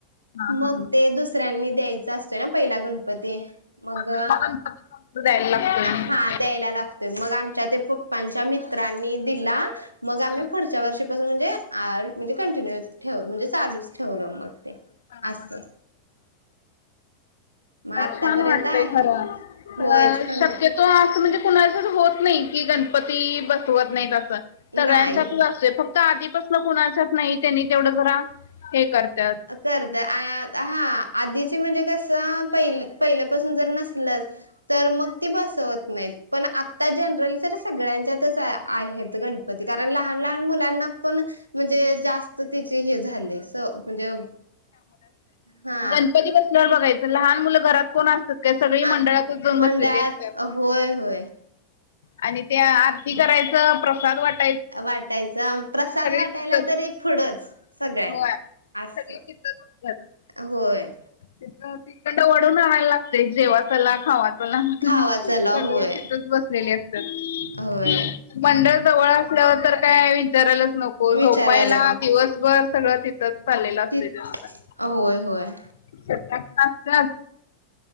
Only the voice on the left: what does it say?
हा हा.
हो पहिला गणपती कंकूर द्यायला लागतोय.
हा.
हा
हा.
छान वाटतयं
खरं
अ
शक्य तो असं म्हणजे कुणाचात होत नाही, की गणपती बसवत नाही असं. सगळ्यांच्यातच
असतोय फक्त आधीपासनं कुणाच्यात नाही त्यांनी तेवढं जरा हे करत्यात.
गणपती बसल्यावर बघायचं लहान मुलं घरात कोण असत्या त्या सगळी
मंडळातच जाऊन
बसलेली असत्यात.
आणि त्या आरती करायचं प्रसाद वाट
तिथंच
होय
सगळी तिथंच असतात.
तिथं तिकडंन वडून आणायला लागतयं जेवा चला खावा चला.
सगळी
तिथंच बस लेली असत्यात.
मंडळ जवळ असल्यावर तर काय विचारायलाच नको. हो
झोपायला,
दिवसभर सगळं तिथंच चाललेलं असतयं
त्याचं.
<unintelligible> आसत्यात.